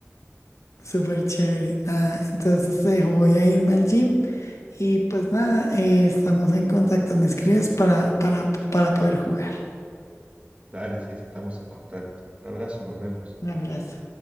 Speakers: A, on the left; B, on the right.
A: Súper chévere. Nada, entonces te dejo, voy a irme al gym y pues nada, eh, estamos en contacto. Me escribes para, para, para poder jugar.
B: Dale, sí, sí, estamos en contacto. Un abrazo, nos vemos.
A: Un abrazo.